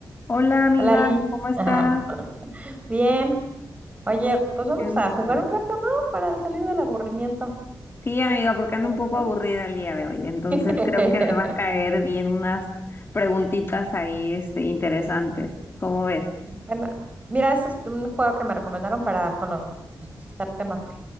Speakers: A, on the left; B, on the right.
A: Hola amiga,
B: Hola Liz.
A: ¿cómo
B: <laughs>
A: estás?
B: Ajá. Bien. Oye, pues vamos
A: Qué gusto.
B: a jugar un rato, ¿no? Para salir del aburrimiento.
A: Sí, amiga, porque ando
B: ¿Parece?
A: un poco aburrida el día de hoy, entonces
B: <laughs>
A: creo que me va a caer bien unas preguntitas ahí, este, interesantes. ¿Cómo ves?
B: Bueno, mira, ese es un juego que me recomendaron para conocerte mejor